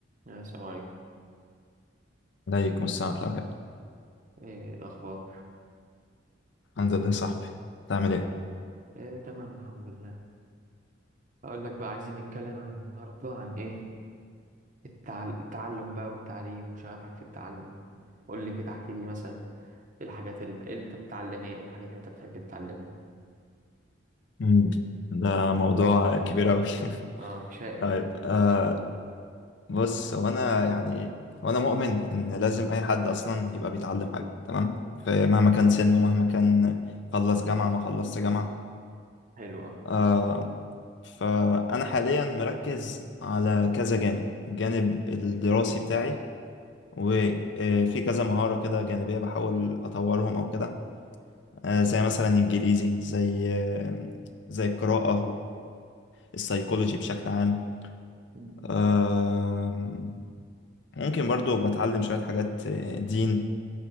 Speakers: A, on the right; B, on the left.
A: يا السلام عليكم
B: عليكم السلام ورحمة الله وبركاته
A: ايه الاخبار
B: الحمد لله يا صاحبي تعمل ايه؟
A: إيه تمام الحمد لله اقول لك بقى عايزين نتكلم عن النهارده عن ايه التع... التعلم بقى والتعليم وشغفك في التعلم قول لي كده احكي لي مثلا إيه الحاجات ال- إيه اللي انت بتتعلم ايه والحاجات اللي انت بتحب تتعلمها
B: مم. ده موضوع كبير أوي <laughs>
A: اه شائك
B: طيب آه بص هو أنا يعني وأنا مؤمن إن لازم أي حد أصلا يبقى بيتعلم حاجة تمام فمهما كان سنه مهما كان خلص جامعة ما خلصت جامعة
A: حلو أوي
B: آه فأنا حاليا مركز على كذا جانب الجانب الدراسي بتاعي وفي كذا مهارة كده جانبية بحاول أطورهم أو كده آه، زي مثلا انجليزي زي آه، زي القراءة والسايكولوجي بشكل عام
A: مم.
B: آم، ممكن برضو بتعلم شوية حاجات آه، دين